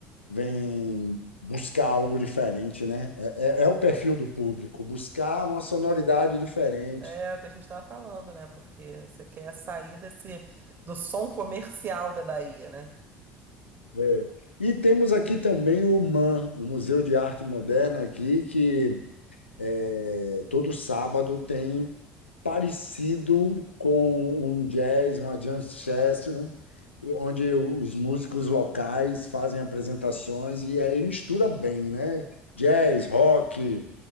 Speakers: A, on the left; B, on the right.
A: vem buscar algo diferente, né? É, é- é o perfil do público, buscar uma sonoridade diferente.
B: É o que a gente tava falando, né? Porque você quer sair desse, do som comercial da Bahia, né?
A: É. E temos aqui também o MAM, o Museu de Arte Moderna aqui, que é, todo sábado tem parecido com um jazz, uma jam session, onde os músicos locais fazem apresentações e aí mistura bem, né? Jazz, rock,